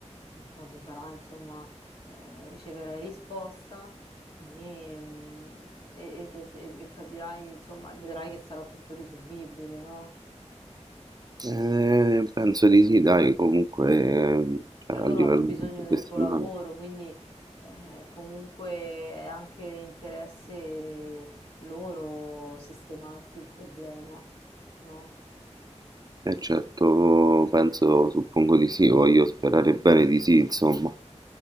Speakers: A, on the left; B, on the right.
A: eh, quando sarà, insomma, eh, riceverai risposta e, mm, e- e te- te- e capirai, insomma, vedrai che sarà tutto risolvibile, no?
B: Eh, penso di sì, dai, comunque eh, cioè,
A: Cioè loro
B: a livello
A: hanno bisogno
B: professionale.
A: del tuo lavoro, quindi eh, comunque è anche interesse loro sistemarti il problema, no?
B: E certo, penso, suppongo di sì, voglio sperare bene di sì, insomma.